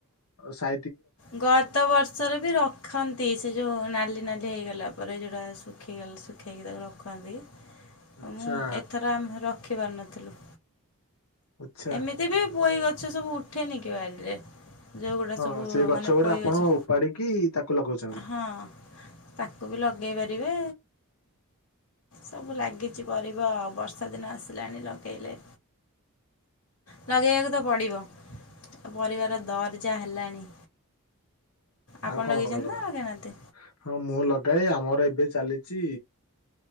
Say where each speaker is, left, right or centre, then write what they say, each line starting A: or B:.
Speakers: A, on the left (about 80°); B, on the left (about 70°).
A: ସା
B: ଗତ ବର୍ଷରେ ବି ରଖନ୍ତି ସେ ଯୋଉ ନାଲି ନାଲି ହେଇଗଲା ପରେ ଯୋଉଟା ସୁଖୀ ଗଲା ସୁଖୀ କିି ତାକୁ ରଖନ୍ତି।
A: ଆଚ୍ଛା
B: ମୁଁ ଏଥର ଆମେ ରଖ ରଖି ପାରିନଥିଲୁ।
A: ଆଚ୍ଛା
B: ଏମିତି ବି ପୋଇ ଗଛ ସବୁ ଉଠ ଉଠେନିକି ବାଡ଼ିରେ ଯୋଉ ଗୁଡା
A: ହଁ
B: ସବୁ
A: ସେଇ ଗଛ ଗୁଡା
B: ପୋଇ
A: ଆପଣ
B: ଗଛ
A: ଉପାଡିକି ତାକୁ ଲଗଉଛନ୍ତି।
B: ହଁ ତାକୁ ବି ଲଗେଇ ପାରିବେ। ସବୁ ଲାଗିଛି ପରିବ ଆ ବର୍ଷା ଦିନ ଆସିଲାଣି ଲଗେଇଲେ। ଲଗେଇବାକୁ ତ ପଡ଼ିବ ପରିବାର ଦର ଜା ହେଲାଣି। ଆପଣ
A: ଆଉ କଣ
B: ଲଗେଇଛନ୍ତି
A: କଣ ଲଗାଅ
B: ନା ଲଗେଇନାହାନ୍ତି
A: ହଁ ମୁଁ ଲଗେଇ ଗାଈ ଆମର ଏବେ ଚାଲିଛି